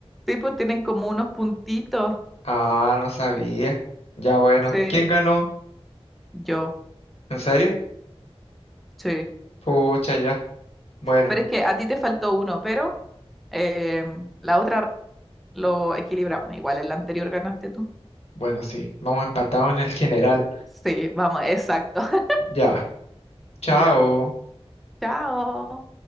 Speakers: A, in the centre; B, on the left (about 70°).
A: Sí, pues tienen como unos puntitos.
B: Ah, no sabía. Ya bueno.
A: Sí,
B: ¿Quién ganó?
A: yo,
B: ¿En serio?
A: sí.
B: Pucha, ya. Bueno,
A: Pero es que a ti te faltó uno, pero em, la otra lo equilibramos. Igual en la anterior ganaste tú.
B: bueno, sí. Vamos empatados en el general.
A: Sí, vamos, exacto. <laughs>
B: Ya. Chao.
A: Ya. Chao.